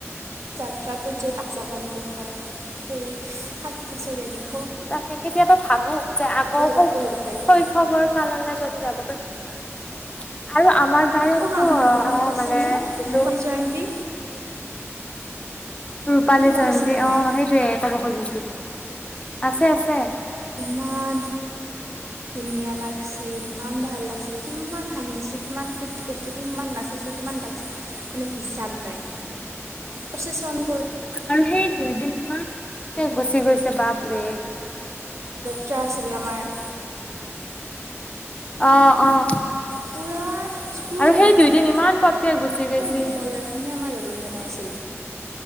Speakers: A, on the right; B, on the left.
A: জ ৰাত য নাকচাব পাৰিলো হয় সেই সাত বছৰীয়া দিত
B: তাকে কেতিয়াবা ভাবো যে আকৌ
A: এবাৰ পঢ়িব পাৰিলে
B: শৈশৱৰ কাললৈ যদি য আৰু আ আমাৰ বোৰতো
A: অ' আমাৰ
B: আহ
A: হেৰি মনত আছেনে
B: মানে যিটো
A: ৰূপালী জয়ন্তী
B: ৰূপালী জয়ন্তী
A: মনত আছেনে
B: অ'
A: নাই
B: সেইটোয়ে। চব খুজিছিলো আছে -আছে
A: ইমান ধুনীয়া লাগি ইমান ভাল লাগিছিল, কিমান হাঁহিছো, কিমান ফূৰ্তি কৰিছো, কিমান নাচিছো কিমান বাগিচো মানে হিচাপ। হিচাপ নাই। প্ৰচেচন কৰি।
B: আৰু সেই দুইদিন ইমান পটকে গুচি গৈছে। বাপৰে।
A: যাত্ৰা আছিলে আমাৰ।
B: অ' অ'
A: পুৰা স্কুল
B: আৰু সেই
A: গোটেই
B: দুইদিন ইমান পটকে গুচি গৈছে।
A: বিদ্যালয়খনে মানে আমাৰ ৰজন জনাই আছিল